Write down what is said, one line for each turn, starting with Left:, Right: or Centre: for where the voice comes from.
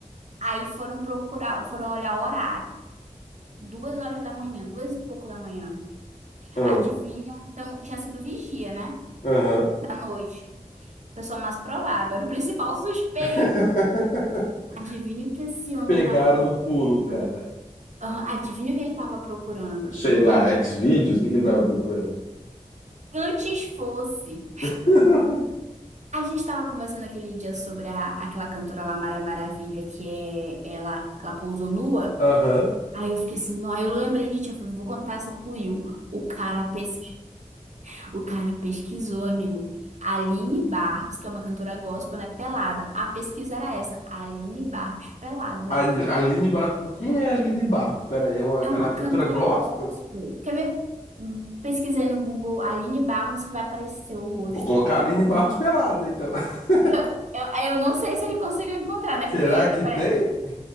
Right: Aí foram procurar, foram olhar o horário. Duas horas da manhã, duas e pouco da manhã.
Left: hum,
Right: Adivinha? Então, tinha sido vigia, né?
Left: aham.
Right: Da noite. Pessoa mais provável. Era o principal suspeito.
Left: <laughs>
Right: Adivinha o que esse homem
Left: Pegaram
Right: estava
Left: no pulo,
Right: procurando?
Left: cara.
Right: Ah, Adivinha o que ele estava procurando?
Left: Sei lá, Xvideos, o que que ele tava procurando?
Right: Antes fosse.
Left: <laughs>
Right: A gente estava conversando aquele dia sobre a, aquela cantora lá, Mara Maravilha, que é, ela, ela pousou nua.
Left: Aham.
Right: Aí eu fiquei assim, não, aí eu lembrei de ti, eu falei, vou contar essa pro Will. O cara pesquisou. O cara pesquisou, amigo. Aline Barros, que é uma cantora gospel, né? Pelada. A pesquisa era essa. Aline Barros, pelada.
Left: A Ani- Aline Barros. Quem é a Aline Barros? Pera aí, é uma,
Right: É
Left: ela
Right: uma
Left: é uma cantora
Right: cantora
Left: gospel?
Right: gospel. Quer ver? Pesquisei no Google Aline Barros que vai aparecer o rosto
Left: Vou colocar
Right: dela.
Left: a Aline Barros pelada, então. <laughs>
Right: Eu, eu, eu não sei se ele conseguiu encontrar, né?
Left: Será
Right: Porque. é
Left: que
Right: pra-
Left: tem?